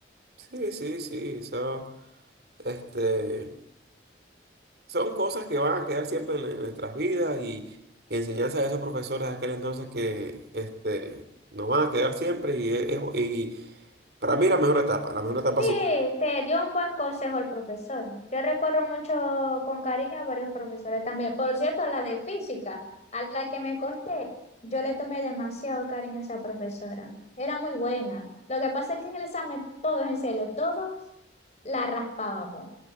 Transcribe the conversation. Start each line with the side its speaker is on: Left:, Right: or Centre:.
Right: Sí, sí, sí, eso, este... Son cosas que van a quedar siempre en, en nuestras vidas y, y enseñanzas de esos profesores de aquel entonces que este, nos van a quedar siempre y, es- es- y para mí la mejor etapa, la mejor etapa
Left: Sí,
Right: sí.
Left: te dio un buen consejo el profesor. Yo recuerdo mucho con cariño a varios profesores también. Por cierto, a la de física, a la que me costé, yo le tomé demasiado cariño a esa profesora. Era muy buena. Lo que pasa es que en el examen, todos, en serio, todos la raspábamos.